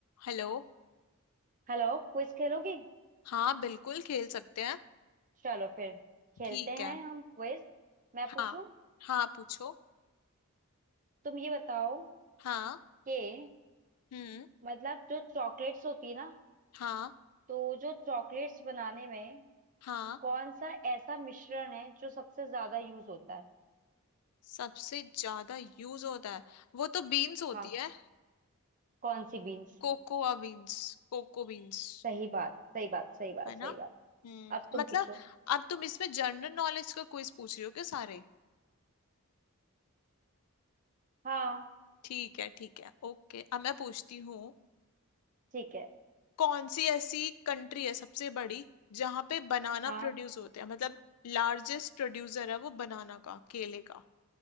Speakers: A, on the left (about 90°); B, on the right (about 35°).
A: Hello
B: Hello Quiz खेलोगी
A: हाँ बिल्कुल खेल सकते हैं
B: चलो फिर खेलते
A: ठीक
B: हैं
A: है
B: हम क्विज मैं पूछूं
A: हाँ हाँ पूछो
B: तुम ये बताओ
A: हाँ
B: कि
A: हम्म
B: मतलब जो चॉकलेट्स होती है ना
A: हाँ
B: तो जो चॉकलेट्स बनाने में
A: हाँ
B: कौन सा ऐसा मिश्रण है जो सबसे ज्यादा यूज होता है
A: सबसे ज्यादा यूज होता है वो तो बीन्स होती
B: हाँ
A: है
B: कौन सी बीन्स
A: Cocoa beans cocoa beans
B: सही बात सही बात सही बात
A: है ना
B: सही
A: हम्म
B: बात अब तुम
A: मतलब
B: पूछो
A: अब तुम इसमें जनरल नॉलेज का क्विज पूछ रही हो क्या सारे
B: हाँ
A: ठीक है ठीक है ओके अब मैं पूछती हूँ
B: ठीक है
A: कौन सी ऐसी कंट्री है सबसे बड़ी जहां पे बनाना
B: हाँ
A: प्रोड्यूस होते हैं मतलब लार्जेस्ट प्रोड्यूसर है वो बनाना का केले का